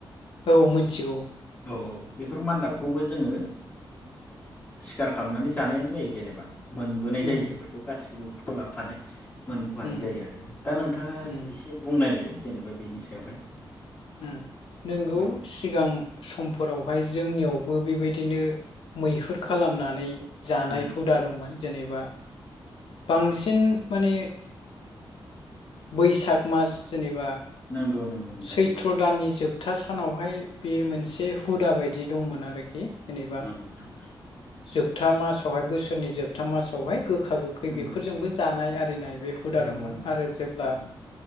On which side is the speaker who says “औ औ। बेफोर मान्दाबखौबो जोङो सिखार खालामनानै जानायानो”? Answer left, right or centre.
Left